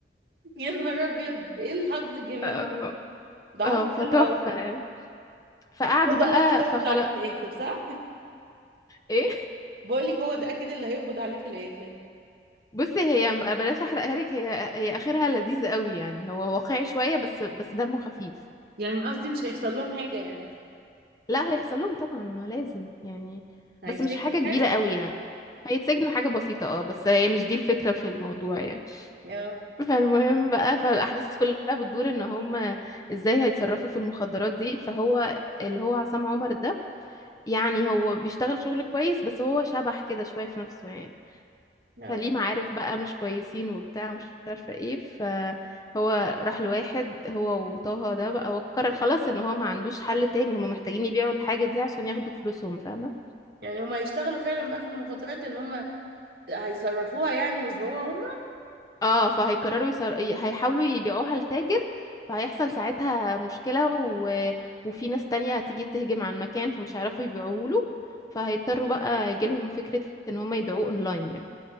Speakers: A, on the right; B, on the left.
A: يا نهار ابيض ايه الحظ الجميل
B: اه
A: ده ده حظ
B: آه، فتحفة
A: حلو قوي
B: يعني. فقعدوا
A: <laughs> هو ده
B: بقى
A: اللي اكيد هيقبض
B: فخلاص
A: عليه في الاخر صح
B: ايه
A: بقول لك هو ده اكيد اللي هيقبض عليه في الاخر
B: بصي هي يعني ب- بلاش احرقها لك هي هي اخرها لذيذ قوي يعني هو واقعي شويه بس بس دمه خفيف
A: يعني قصدي مش هيحصل لهم حاجه يعني
B: لا هيحصل لهم طبعا ما لازم يعني
A: هيتسجنوا
B: بس مش حاجه كبيره
A: يعني
B: قوي يعني هيتسجنوا حاجه بسيطه اه بس هي مش دي الفكره في الموضوع يعني
A: اه
B: فالمهم بقى فالاحداث كلها بتدور ان هم ازاي هيتصرفوا في المخدرات دي فهو اللي هو عصام عمر ده يعني هو بيشتغل شغل كويس بس هو شبح كده شويه في نفسه يعني
A: اه
B: فليه معارف بقى مش كويسين وبتاع مش عارفة ايه فهو راح لواحد هو وطه ده بقى هو قرر خلاص ان هو ما عندوش حل تاني هما محتاجين يبيعوا الحاجة دي عشان ياخدوا فلوسهم فاهمة
A: يعني هم هيشتغلوا فعلا بقى في المخدرات ان هم هيصرفوها يعني ويبيعوها هم
B: اه فهيقرروا يسر... ي- هيحاولوا يبيعوها لتاجر فهيحصل ساعتها مشكلة و... وفي ناس تانية هتيجي تهجم على المكان فمش هيعرفوا يبيعوه له فهيضطروا بقى يجيلهم فكرة ان هما يبيعوه اونلاين يعني